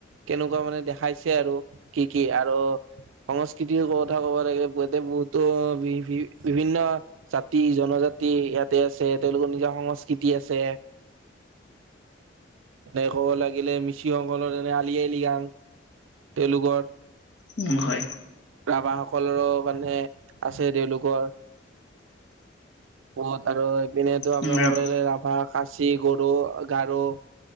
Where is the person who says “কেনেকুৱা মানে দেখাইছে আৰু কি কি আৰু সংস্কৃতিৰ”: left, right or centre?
Right